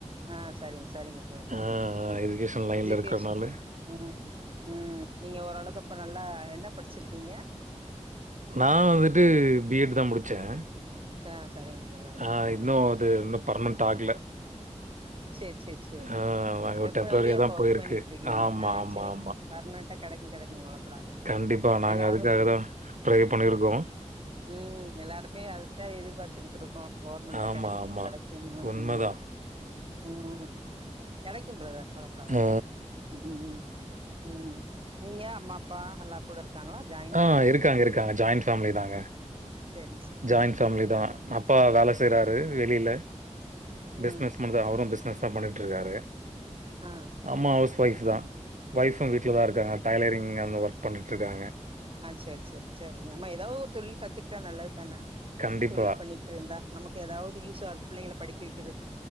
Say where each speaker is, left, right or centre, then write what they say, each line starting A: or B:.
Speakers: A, on the right; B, on the right.
A: ஆ சரிங்க சரிங்கப்பா சரிங்கப்பா
B: ஆ
A: எஜ்
B: எஜுகேஷன் லைன்ல
A: எஜுகேஷ்
B: இருக்கிறனால.
A: ம் ம் நீங்க ஓரளவுக்கு அப்ப நல்லா என்ன படிச்சிருக்கீங்க
B: நா வந்துட்டு பி எட் தா முடிச்சேன்
A: ச சரிங்க தோழர்
B: ஆ
A: ம்
B: இன்னும் அது இன்னும் பர்மென்ட் ஆகல
A: செரி செரி செரி
B: ஆ நாங்க
A: டெம்பரரியா
B: ஒரு
A: இப்போ
B: தான்
A: ஒர்க்
B: போயிருக்கு.
A: பண்ணிட்டு இருக்கீங்க
B: ஆமா,
A: அ
B: ஆமா, ஆமா.
A: பர்மனெண்டா கடைக்கும் கடைக்கும் கவலப்படாதீங்க
B: கண்டிப்பா. நாங்க
A: எல்லாரும்
B: அதுக்காக தான் ப்ரே பண்ணியிருக்கோம்.
A: ம் எல்லாருமே அததா எதிர்பாத்துட்டு இருக்கோம் கவர்மெண்ட்ல
B: ஆமா,
A: கடைக்கும்
B: ஆமா.
A: கடைக்கும்
B: உண்மதான்.
A: ம் ம் கடைக்கும் பிரதர் கவலப்படாதீங்க
B: ஆ,
A: கடைக்கும் ம் ம் ம் நீங்க அம்மா அப்பா எல்லா கூட இருக்காங்களா ஜாயிண்ட்
B: ஆ இருக்காங்க இருக்காங்க ஜாயிண்ட் ஃபேமிலி தாங்க
A: செரி சார்
B: ஜாயிண்ட் ஃபேமிலி தா அப்பா வேல செய்றாரு வெளில
A: ம்
B: பிஸ்னஸ் பண்றாரு அவரும் பிஸ்னஸ் <unintelligible> பண்ணிட்டு இருக்காரு
A: ஆ
B: அம்மா ஹவுஸ் ஒய்ஃப் தா ஒய்ஃபும் வீட்ல தா இருக்காங்க டைலரிங் அந்த ஒர் பண்ணிட்டு இருக்காங்க
A: செரி செரி செரி ஆம்மா ஏதாது ஒரு தொழில் கத்துக்கிட்டா நல்லது தானே
B: கண்டிப்பா.
A: ஏதாது தொழில் பண்ணி திருந்தா நமக்கு எதாவது யூஸா இருக் பிள்ளைங்கள படிக்க வைக்கிறது